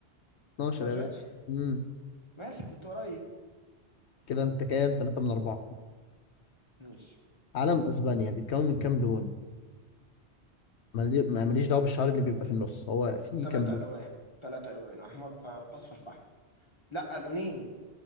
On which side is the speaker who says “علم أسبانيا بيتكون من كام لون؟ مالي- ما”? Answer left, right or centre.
Left